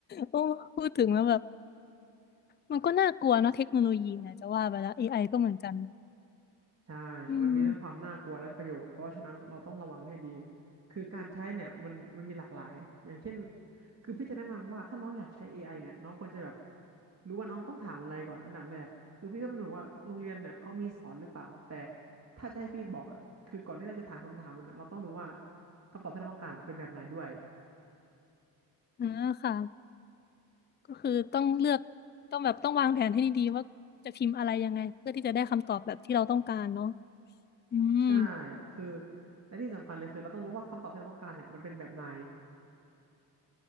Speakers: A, on the left; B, on the right.
A: โอ้พูดถึงแล้วแบบมันก็น่ากลัวเนาะเทคโนโลยีนะจะว่าไปแล้ว AI ก็เหมือนกัน
B: ใช่
A: อืม
B: มันมีทั้งความน่ากลัวและประโยชน์เพราะฉะนั้นเราต้องระวังให้ดี คือการใช้เนี่ยมันมันมีหลากหลายอย่างเช่นคือพี่จะแนะนำว่าถ้าน้องอยากใช้ AI เนี่ยน้องควรจะแบบรู้ว่าน้องต้องถามอะไรก่อนอันดับแรกคือพี่ก็ไม่รู้ว่าโรงเรียนเนี่ยเขามีสอนหรือเปล่า แต่ถ้าจะให้พี่บอกอ่ะคือก่อนที่เราจะถามคำถามมันนะเราต้องรู้ว่าคำตอบที่เราต้องการอะเป็นแบบไหนด้วย
A: อ่าค่ะก็คือต้องเลือกต้องแบบต้องวางแผนให้ดีๆว่าจะพิมพ์อะไรยังไงเพื่อที่จะได้คำตอบแบบที่เราต้องการเนาะอืม
B: ใช่คือและที่สำคัญเลยคือเราต้องรู้ว่าคำตอบที่เราต้องการเนี่ยมันเป็นแบบไหน